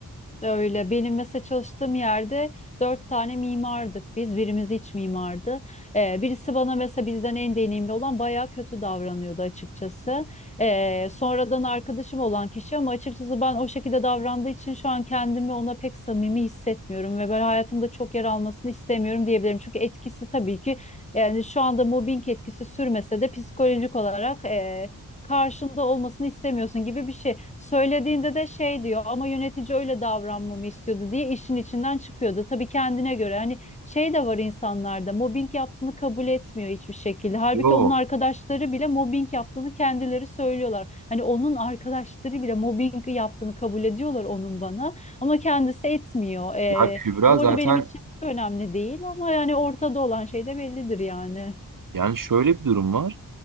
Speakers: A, on the left (about 20°); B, on the right (about 60°).
A: Öyle. Benim mesela çalıştığım yerde dört tane mimardık biz. Birimiz iç mimardı. Ee, birisi bana mesela bizden en deneyimli olan bayağı kötü davranıyordu açıkçası. Ee, sonradan arkadaşım olan kişi ama açıkçası ben o şekilde davrandığı için şu an kendimi ona pek samimi hissetmiyorum ve ben hayatımda çok yer almasını istemiyorum diyebilirim. Çünkü etkisi tabii ki yani şu anda mobbing etkisi sürmese de psikolojik olarak e, karşında olmasını istemiyorsun gibi bir şey. Söylediğinde de şey diyor ama yönetici öyle davranmamı istiyordu diye işin içinden çıkıyordu. Tabii kendine göre hani şey de var insanlarda mobbing yaptığını kabul etmiyor hiçbir şekilde. Halbuki
B: Yok.
A: onun arkadaşları bile mobbing yaptığını kendileri söylüyorlar. Hani onun arkadaşları bile mobbing yaptığını kabul ediyorlar onun bana ama kendisi etmiyor. Ee,
B: Ya Kübra
A: bu
B: zaten
A: arada benim için önemli değil ama yani ortada olan şey de bellidir yani.
B: Yani şöyle bir durum var.